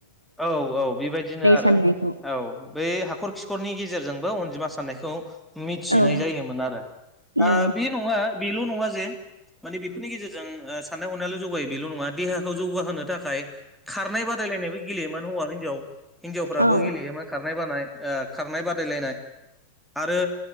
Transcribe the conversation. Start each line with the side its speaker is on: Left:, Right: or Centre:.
Centre: औ औ बेबायदिनो आरो
Right: साननायखौ
Centre: औ बै हाखर खिखरनि गेजेरजोंबो अनजिमा सा साननायखौ। मिथिनाय
Right: औ
Centre: जायोमोन आरो आ
Right: औ
Centre: बि नङा। बेल' नंङा जे माने बेफोरनि गेजेरजों ओ साननाय हनायाल' जौगायो बेल' नंङा देहाखौ जौगाहोनो थाखाय खारनाय बादायलायनाय बो गेलेयोमोन हौवा हिनजाव हिन्जावफ्राबो
Right: औ
Centre: गेलेयो मा खालाम खारनाय बानाय ओ खारनाय बादायलायनाय आरो